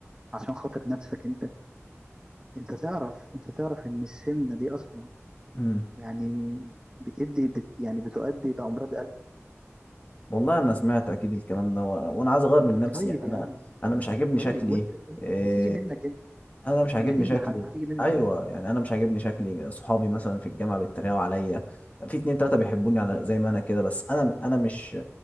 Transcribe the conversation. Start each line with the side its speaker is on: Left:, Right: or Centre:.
Right: عشان خاطر نفسك انت انت تعرف انت تعرف ان السمنه دي اصلا
Left: امم
Right: يعني بتدي بت يعني بتؤدي الى امراض قلب
Left: والله انا سمعت اكيد الكلام ده و... وانا عايز اغير من نفسي
Right: طيب
Left: يعني انا
Right: يا عم
Left: انا مش عاجبني
Right: طيب
Left: شكلي
Right: وانت إيه؟
Left: آه،
Right: هتيجي منك انت
Left: انا مش عاجبني
Right: هي مش هتيجي
Left: شكلي
Right: من حد هتيجي منك
Left: ايوه يعني انا مش عاجبني شكلي اصحابي مثلا في الجامعه بيتريقوا عليا في اتنين تلاته بيحبوني على زي ما انا كده بس انا انا مش